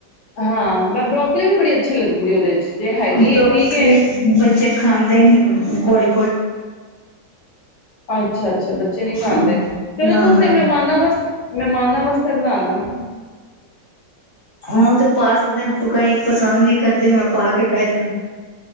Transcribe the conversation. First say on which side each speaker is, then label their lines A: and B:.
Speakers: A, on the left; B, on the left.
A: ਹਾਂ ਮ ਬਰੋਕਲੀ ਵੀ ਬੜੀ ਅੱਛੀ ਲੱਗਦੀ ਜ ਉਹਦੇ ਚ ਜੇ ਹੈਗੀ
B: ਲੋਕ
A: ਹੈ ਠੀਕ ਹੈ
B: ਬੱਚੇ ਖਾਂਦੇ ਨੀ ਹ ਕੋੜੀ
A: ਅੱਛਾ ਅੱਛਾ ਬੱਚੇ ਨਹੀਂੀ ਖਾਂਦੇ
B: ਨੂੰ।
A: ਚਲੋ
B: ਨਾ
A: ਤੁਸੀ
B: ਨਾ
A: ਤੇ ਮਹਿਮਾਨਾਂ ਵਾਸਤੇ ਮਹਿਮਾਨਾਂ ਵਾਸਤੇ ਬਣਾਣਾ
B: ਹਾਂ ਉਥੇ ਪਾ ਸਕਦੇ ਹਾਂ ਉਹ ਕ ਇੱਕ ਪਸਾਨ ਨੇ ਕਰਦੇ ਮੈਂ ਪਾ ਕੇ ਬਹਿ ਜਾਣਾ